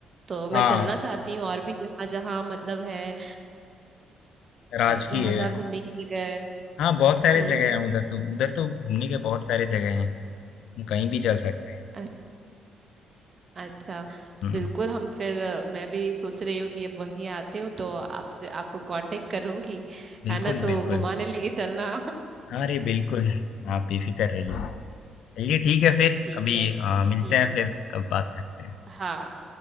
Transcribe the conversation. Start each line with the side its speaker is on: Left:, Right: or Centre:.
Right: तो मैं
Left: हाँ
Right: चलना चाहती हूँ और भी जहाँ जहाँ मतलब है
Left: राजकीय
Right: जहाँ जहाँ घूमने की जगह है
Left: हाँ बहुत सारे
Right: हम्म
Left: जगह हैं उधर तो उधर तो घूमने के बहुत सारे जगह हैं हम कहीं भी चल सकते हैं
Right: अ- अच्छा तो
Left: हम्म
Right: बिल्कुल हम फिर अ, मैं भी सोच रही हूँ कि अब वहीं आते हूँ तो आपसे आपको कांटेक्ट करूंगी
Left: बिल्कुल
Right: है ना तो
Left: बिल्कुल
Right: घुमाने लेके चलना
Left: अरे बिल्कुल आप बेफिक्र रहिए
Right: <laughs>
Left: चलिए ठीक है फिर
Right: ठीक
Left: कभी
Right: है हम्म
Left: अ, मिलते हैं फिर तब बात करते हैं
Right: हाँ